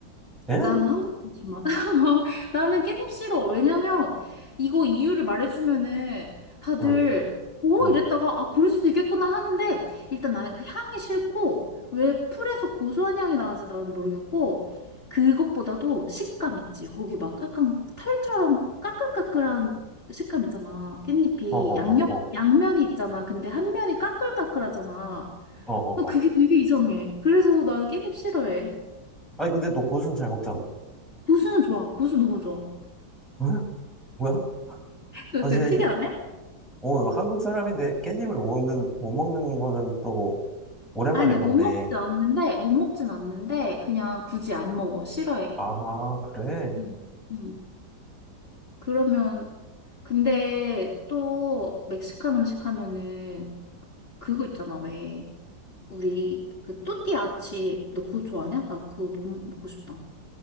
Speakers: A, in the centre; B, on the left (about 30°).
A: 예?
B: 나는 한국 김치만. <laughs> 나는 깻잎 싫어. 왜냐면 이거 이유를 말해주면은 다들
A: 응,
B: 오
A: 응.
B: 이랬다가 아 그럴 수도 있겠구나 하는데 일단 나는 그 향이 싫고 왜 풀에서 고소한 향이 나는지 나는 모르겠고 그것보다도 식감 있지. 거기 막 약간 털처럼 까끌까끌한 식감 있잖아. 깻잎이
A: 어, 어,
B: 양옆
A: 어, 어.
B: 양면이 있잖아. 근데 한 면이 까끌까끌하잖아.
A: 어, 어, 어.
B: 그게 되게 이상해. 그래서 나 깻잎 싫어해.
A: 아니, 근데 또 고수는 잘 먹잖아.
B: 고수는 좋아. 고수 너무 좋아.
A: 왜? 뭐야?
B: 그,
A: 아, 진짜,
B: 그 특이하네?
A: 이- 어, 한국 사람인데 깻잎을 못 먹는, 못 먹는 거는 또, 오랜만에
B: 아니야,
A: 봤네.
B: 못 먹진 않는데, 못 먹진 않는데, 그냥 굳이 안 먹어. 싫어해.
A: 아, 그래?
B: 음, 음. 그러면, 근데 또 멕시칸 음식 하면은 그거 있잖아, 왜. 우리 그 또띠아 칩, 너 그거 좋아하냐? 나 그거 너무 먹고 싶다.